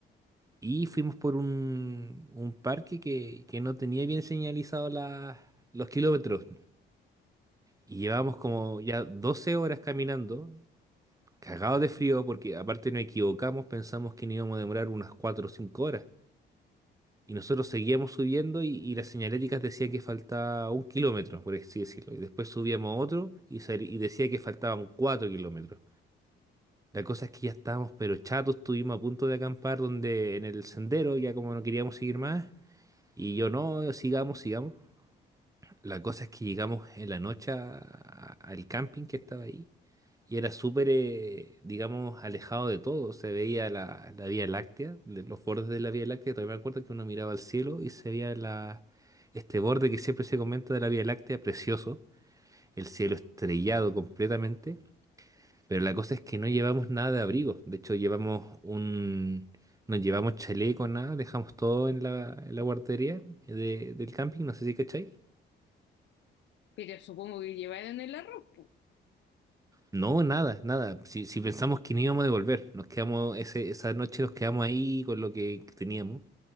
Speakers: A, on the right; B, on the left.
A: Y fuimos por un, un parque que, que no tenía bien señalizado la- los kilómetros. Y llevábamos como ya 12 horas caminando cagados de frío porque aparte nos equivocamos, pensamos que nos íbamos a demorar unas 4 o 5 horas. Y nosotros seguíamos subiendo y, y las señaléticas decía que faltaba un kilómetro, por así decirlo. Y después subíamos otro y, sal- y decía que faltaban 4 kilómetros. La cosa es que ya estábamos pero chatos, estuvimos a punto de acampar donde en el sendero, ya como no queríamos seguir más. Y yo no, sigamos, sigamos. La cosa es que llegamos en la noche a- a- al camping que estaba ahí y era súper, eh, digamos, alejado de todo. Se veía la, la Vía Láctea, de los bordes de la Vía Láctea. Todavía me acuerdo que uno miraba al cielo y se veía la, este borde que siempre se comenta de la Vía Láctea, precioso. El cielo estrellado completamente. Pero la cosa es que no llevamos nada de abrigo. De hecho, llevamos un... No llevamos chaleco, nada. Dejamos todo en la, en la guardería de- del camping, no sé si cachai.
B: Pero supongo que llevaron el arroz, po.
A: No, nada, nada. Si, si pensamos que no íbamos a devolver, nos quedamos, ese, esa noche nos quedamos ahí con lo que teníamos